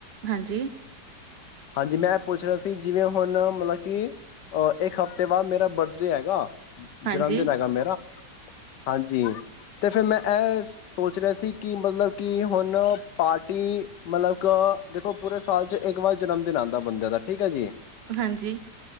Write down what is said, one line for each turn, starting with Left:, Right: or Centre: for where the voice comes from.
Right: ਹਾਂਜੀ
Left: ਹਾਂਜੀ। ਮੈਂ ਪੁੱਛ ਰਿਹਾ ਸੀ ਜਿਵੇਂ ਹੁਣ ਮਤਲਬ ਕਿ, ਅ ਏਕ ਹਫ਼ਤੇ ਬਾਅਦ ਮੇਰਾ ਬਰਥਡੇ ਹੈਗਾ।
Right: ਹਾਂਜੀ
Left: ਜਨਮਦਿਨ ਹੈਗਾ, ਮੇਰਾ ਹਾਂਜੀ। ਤੇ, ਫਿਰ ਮੈਂ ਐ ਸੋਚ ਰਿਹਾ ਸੀ, ਕਿ ਮਤਲਬ ਕਿ ਹੁਣ ਪਾਰਟੀ ਮਤਲਬ ਕਿ ਦੇਖੋ ਪੂਰੇ ਸਾਲ ਚ, ਇੱਕ ਵਾਰ ਜਨਮਦਿਨ ਆਂਦਾ, ਬੰਦ ਦਾ ਠੀਕ ਹੈ ਜੀ।
Right: ਹਾਂਜੀ।